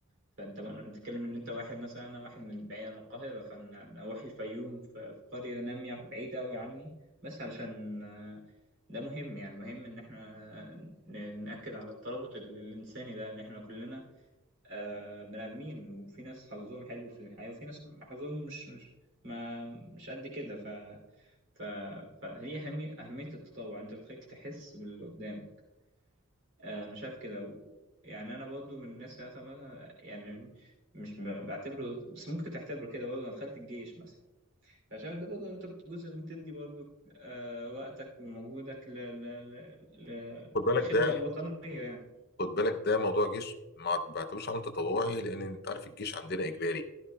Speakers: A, on the right; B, on the left.
A: فأنت بقى- بتتكلم إن أنت واحد مثلا أنا واحد من بعيد عن القاهرة فأنا أنا أروح الفيوم في في قرية نامية بعيدة أوي عني بس علشان آه، ده مهم يعني مهم إن إحنا ن- نأكد على الترابط ال- الإنساني ده اللي إحنا كلنا آه، بني آدمين وفي ناس حظهم حلو في الحياة وفي ناس حظهم مش مش ما مش قد كده ف ف فهي أهمية أهمية التطوع أنت بتخليك تحس باللي قدامك آه، أنا شايف كده و- يعني أنا برضو من الناس اللي مثلا مثلا يعني مش ب- بعتبره بس ممكن تعتبره كده برضه أنا دخلت الجيش مثلا فعشان ده برضه أنت جزء بتدي برضه آه، وقتك ومجهودك ل... ل... ل... ل-
B: خد بالك
A: للخدمة
B: ده
A: الوطنية يعني
B: خد بالك ده موضوع جيش ما بعتبروش عمل تطوعي لان انت عارف الجيش عندنا اجباري